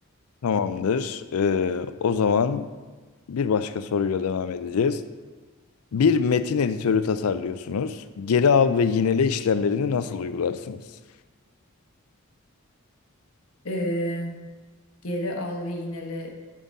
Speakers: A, on the left; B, on the left.
A: Tamamdır. Ee, o zaman bir başka soruyla devam edeceğiz. Bir metin editörü tasarlıyorsunuz. Geri al ve yinele işlemlerini nasıl uygularsınız?
B: Ee, geri al ve yinele